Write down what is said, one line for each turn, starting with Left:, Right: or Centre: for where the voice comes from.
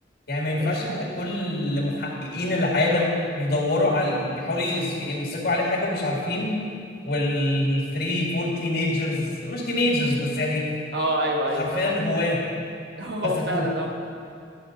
Left: يعني ما ينفعش
Right: مش عارف
Left: يبقى كل محققين العالم بيدوروا على بيحاولوا يس- يمسكوا عليه حاجه ومش عارفين والثري فور تينيجرز مش تينيجرز بس يعني
Right: اه ايوه
Left: حرفيا
Right: ايوه فاهم قصدك
Left: هواه
Right: <laughs> اه
Left: مسكوه
Right: فعلا اه